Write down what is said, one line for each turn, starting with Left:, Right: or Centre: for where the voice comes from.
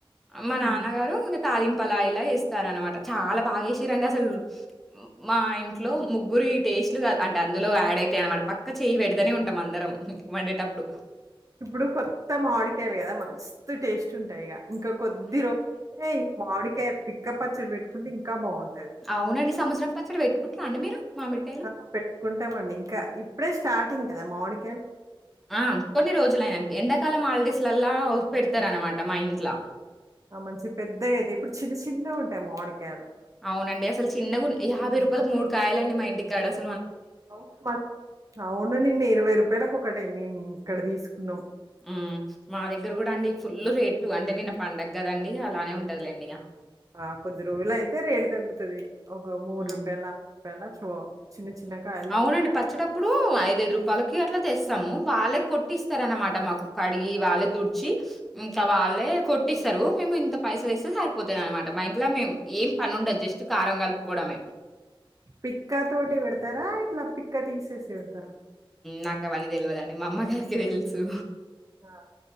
Centre: మా
Right: హ్మ్.
Centre: నాన్నగారు ఇంగ తాలింప్ అలా ఎలా వేస్తార అనమాట చాలా బాగా ఏసి రండ్ అసలు మా ఇంట్లో
Right: అవును.
Centre: ముగ్గురు ఇ టేస్ట్లు కాదు అంటే అందులో యాడ్ అయితాయి అనమాట పక్క చేయి పెడతనే ఉంటాం అందరం వండేటప్పుడు
Right: ఇప్పుడు కొత్త మామిడికాయలు కదా మస్తు టేస్ట్ ఉంటాయి ఇగా ఇంకా కొద్ది రోజు <inaudible> అయితే ఈ మామిడిక పిక్క పచ్చడి పెట్టుకుంటే ఇంకా బాగుంట
Centre: అవునఅండి సంవత్సరం పచ్చడి పెట్టుకుంటున్నార అండి మీరు మామిడి
Right: <inaudible> పెట్టుకుంటామండి ఇంకా ఇప్పుడే స్టార్టింగ్ కదా మామిడి
Centre: ఆ కొన్ని రోజులుయనాక ఎండాకాలం హాల్డేస్ల అల్లా పెడ్తార్ అన్ మాట మా ఇంట్ల
Right: ఆ మంచి పెద్ద అయేతే ఇప్పుడు చిన్న చిన్నవి ఉంటాయి మాోడికాయలు
Centre: అవున అండి అసలు చిన్నగా యాభై రూపాయలకు మూడు కాయాలండి మా ఇంటి కాడ అస
Right: అమ మన్ అవును అండి మీరు ఇరవై రూపాయలకు ఒకటే మేమ్ ఇక్కడ తీసుకున్నాం
Centre: అ మా దగ్గర కూడా అండి ఫుల్ రేటు అంటే నిన్న పండగ్ కదండి అలానే ఉంటా ఉంటద్ లేండి ఇగా
Right: ఆ కొద్ది రోజులు అయితే రేటు తగ్గుతది ఒక మూడు
Centre: హ్మ్.
Right: రూపాయల <inaudible> రూపాయల చో చిన్న చిన్న గా
Centre: అవున అండి పచ్చడ అప్పుడు ఐద్ఐదు రూపాయలకి అట్లా తెస్తాము వాళ్ళకి కొట్టి ఇస్తార్ అన్నమాట మాకు కట్ వీ వాళ్ళకు తుడ్ చి ఇంక వాళ్ళే కొట్టిస్తారు మేము ఇంత పైసలు ఇస్తే సరిపోతద్ అనమాట మా ఇ ఇట్లా మేం ఏం పని ఉండదు జెస్ట్ కారం కలుపుకోవడమే
Right: పిక్కా తోటి పెడతారా ఇట్లా పిక్కా తీసేసి పెడతారా?
Centre: నాకు అవన్నీ తెల్ వదండి మా అమ్మగారికి తెలుసు
Right: ఆ